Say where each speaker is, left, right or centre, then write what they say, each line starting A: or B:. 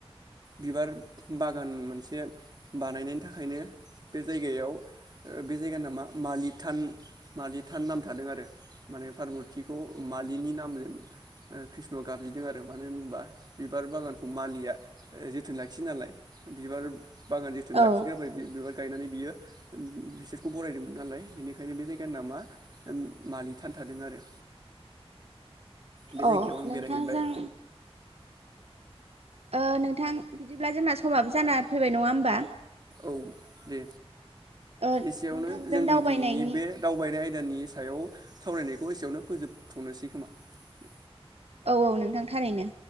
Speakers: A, on the right; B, on the right.
A: बिबार बागान मोनसे बानायनायनि थाखायनो बे जायगायाव ओ बे जायगानि नामा मालिथान मालिथान नाम थादों आरो, माने पारबथिखौ मालिनि नामजों कृष्णआ गाबज्रिदों आरो मानो होनबा बिबार बागानखौ मालिया जोथोन लाखियो नालाय बिबार बागान जोथोन लाखिग्रा
B: औ
A: बायदि बिबार गायनानै। बियो बि-बिसोरखौ बरायदोंमोन नालाय बेनिखायनो बे जायगानि नामा ओम मालिथान थादों आरो। बे जायगायाव
B: अ'
A: आं
B: नोंथांजों।
A: बेरायहैबाय
B: ओ नोंथां बिदिब्ला जोंना समाबो जाना फैबाय नङा होमबा।
A: औ दे
B: ओ
A: एसेयावनो
B: नोंथांजों
A: जोंनि
B: दावबायनायनि
A: दिनैनि बे दावबायनाय आयदानि सायाव। सावरायनायखौ एसेयावनो फोजोबथ'नोसै खोमा दे।
B: औ औ नोंथां थारैनो।